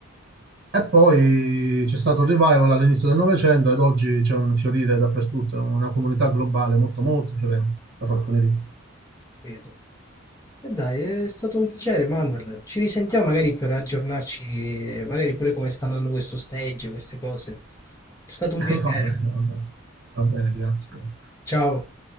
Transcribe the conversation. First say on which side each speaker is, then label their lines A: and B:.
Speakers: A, on the right; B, on the left.
A: e poi c'è stato il revival all'inizio del Novecento ed oggi c'è un fiorire dappertutto, una comunità globale molto molto fiorente, la falconeria.
B: capito. E dai, è stato un piacere, Manuel. Ci risentiamo magari per aggiornarci, eh, magari pure come sta andando questo stage, queste cose. È stato un
A: <laughs>
B: piacere.
A: Va bene, va bene, va bene, grazie, grazie.
B: Ciao.